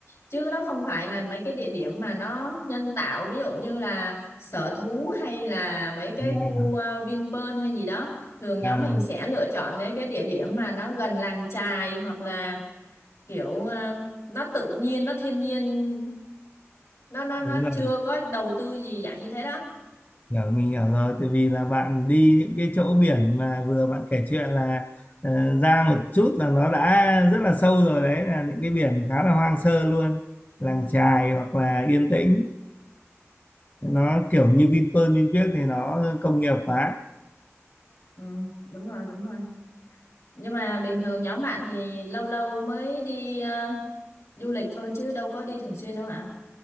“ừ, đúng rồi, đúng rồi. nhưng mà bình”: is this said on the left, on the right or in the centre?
Left